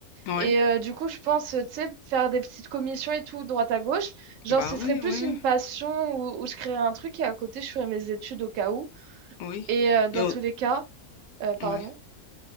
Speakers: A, on the left; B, on the right.
A: Oui,
B: Et euh, du coup, je pense, euh, tu sais, faire des petites commissions et tout, droite à gauche. Genre,
A: bah
B: ce
A: oui,
B: serait plus
A: oui.
B: une passion où, où je créerais un truc et à côté, je ferais mes études au cas où.
A: Oui.
B: Et euh, dans
A: Et on-
B: tous les cas, euh, pardon,
A: ouais.